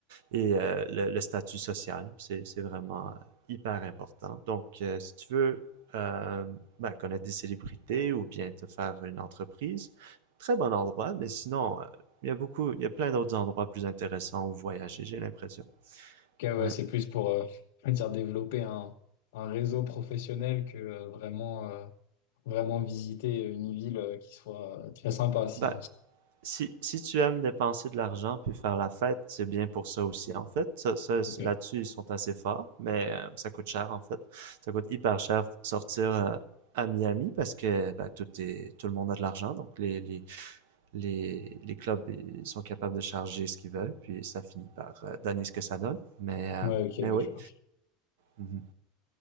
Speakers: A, on the right; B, on the left.
A: Et euh, le, le statut social, c'est, c'est vraiment euh, hyper important. Donc, euh, si tu veux euh, ben, connaître des célébrités ou bien te faire une entreprise, très bon endroit. Mais sinon, euh, il y a beaucoup, il y a plein d'autres endroits plus intéressants où voyager, j'ai l'impression.
B: Ok, ouais,
A: Ouais.
B: c'est plus pour euh, <laughs> on va dire développer un, un réseau professionnel que euh, vraiment, euh, vraiment visiter une ville euh, qui soit euh, très sympa. Si...
A: Ben, Si, si tu aimes dépenser de l'argent puis faire la fête, c'est bien pour ça aussi, en fait. Ça, ça,
B: Ok.
A: là-dessus, ils sont assez forts, mais euh, ça coûte cher, en fait. Ça coûte hyper cher sortir euh, à Miami parce que bah, tout, est, tout le monde a de l'argent, donc les, les, les, les clubs ils sont capables de charger ce qu'ils veulent, puis ça finit par euh, donner ce que ça donne. Mais, euh,
B: Ouais, ok,
A: mais
B: ouais,
A: oui.
B: je vois.
A: Mhm.